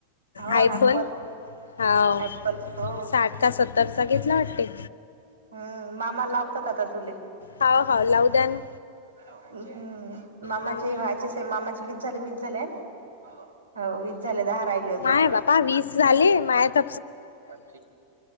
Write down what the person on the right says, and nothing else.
हो
ऍपल
ऍप्पल हो
हम्म, मामा लावतात आता तुले.
<inaudible> हम्म मामाची
मामाचे किती झाले वीस झालेत, हे ना. होव. दहा राहिले. अजून
तुझे